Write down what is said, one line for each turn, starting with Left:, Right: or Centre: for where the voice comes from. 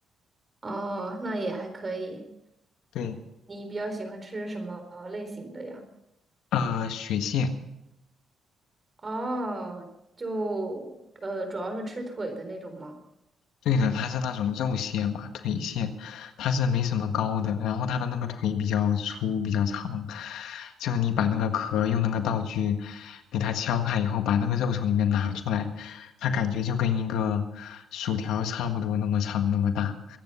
Right: 哦，那也还可以。
Left: 对，
Right: 你比较喜欢吃什么类型的呀？
Left: 呃，雪蟹，
Right: 哦，就呃，主要是吃腿的那种吗？
Left: 对的，它是那种肉蟹嘛，腿蟹，它是没什么膏的，然后它的那个腿比较粗，比较长，就是你把那个壳用那个道具给它敲开以后，把那个肉从里面拿出来，它感觉就跟一个薯条差不多那么长那么大，